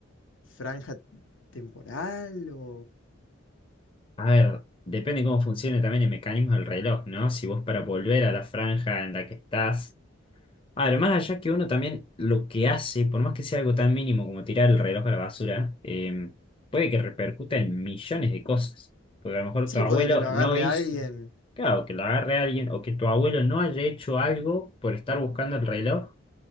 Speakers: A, on the left; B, on the left.
A: franja temporal o...
B: A ver, depende cómo funcione también el mecanismo del reloj, ¿no? Si vos para volver a la franja en la que estás... Además, allá que uno también lo que hace, por más que sea algo tan mínimo como tirar el reloj a la basura, eh, puede que repercuta en millones de cosas. Porque a lo mejor
A: Sí,
B: tu abuelo
A: puede que lo agarre
B: no hizo,
A: alguien.
B: claro, que lo agarre alguien, o que tu abuelo no haya hecho algo por estar buscando el reloj,